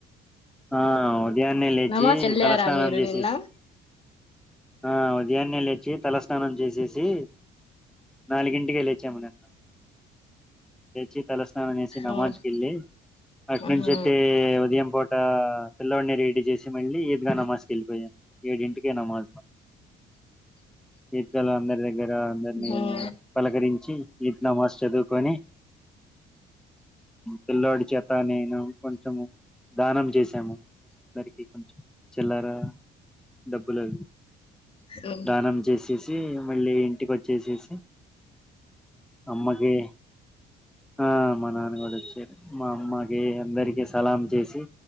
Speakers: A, in the centre; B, on the left.
A: ఆ అవు ఉదయాన్నే లేచి
B: నమాజ్ వెళ్ళారా
A: తలస్నానం
B: మీరు
A: చేసేసి.
B: నిన్న
A: ఆ ఉదయాన్నే లేచి తలస్నా. తల స్నానం చేసేసి నాలుగింటికి లేచి నిన్న లేచి తల. స్నానం చేసి నమాజ్
B: ఉమ్
A: కి వెళ్ళి అటు
B: ఉహూ
A: నుంచి అటే ఉదయం పూట ఆ పిల్లో ని. చేసి మళ్ళీ ఈద్గా నమాజ్ వెళ్ళిపోయా ఏడింటికే నమాజ్. ఈద్ గా అందరి. అందరి అందరిని
B: ఉహూ
A: పలకరించి. నమాజ్ చదువుకొని పిల్లాడి చేతనే కొంచము దానం చేసాము అందరికి కొంచం. చిల్లరా డబ్బులు అవి
B: హ్మ్
A: దానం చేసేసి మళ్ళీ ఇంటికి వచ్చేసేసి. అమ్మకి ఆ మా నాన్న కూడా వచ్చే మా అమ్మ. అందరికి సలాం. చేసి